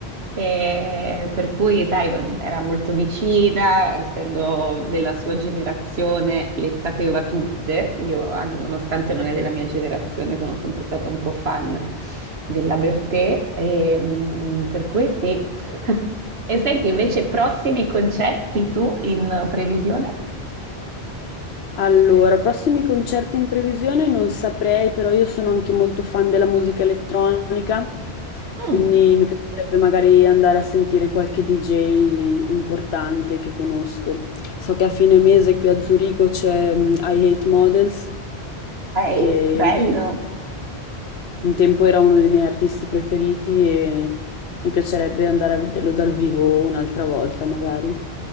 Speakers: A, on the right (about 70°); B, on the left (about 70°).
A: E per cui, sai, era molto vicina, essendo della sua generazione, le sapeva tutte. Io, an- nonostante non è della mia generazione, sono sempre stata un po' fan della Bertè. E, mm, per cui sì. <laughs> E senti, invece, prossimi concerti tu in previsione?
B: Allora, prossimi concerti in previsione non saprei, però io sono anche molto fan della musica elettronica,
A: Mm,
B: quindi mi piacerebbe magari andare a sentire qualche DJ importante che conosco. So che a fine mese qui a Zurigo c'è mm, I Hate Models,
A: ok,
B: che
A: bello.
B: un tempo era uno dei miei artisti preferiti e mi piacerebbe andare a vederlo dal vivo un'altra volta magari.